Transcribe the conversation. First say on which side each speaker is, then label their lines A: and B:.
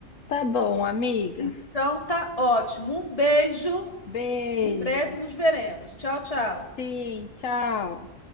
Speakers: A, on the left; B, on the left.
A: Tá bom, amiga.
B: Então tá ótimo. Um beijo.
A: Beijo.
B: Em breve nos veremos. Tchau, tchau.
A: Sim, tchau.